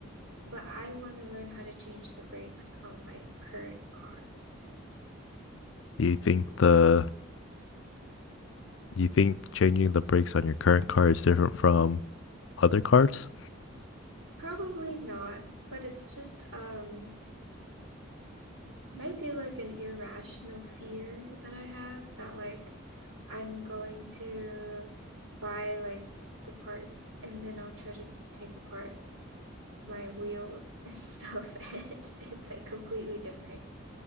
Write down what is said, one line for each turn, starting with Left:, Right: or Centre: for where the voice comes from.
Right: but I want to learn how to change the brakes on my current car.
Left: Do you think the do you think changing the brakes on your current car is different from other cars?
Right: Probably not, but it's just um might be like an irrational fear that I have that like I'm going to buy like the parts and then I'll try to take apart my wheels and stuff <laughs> and it's like completely different.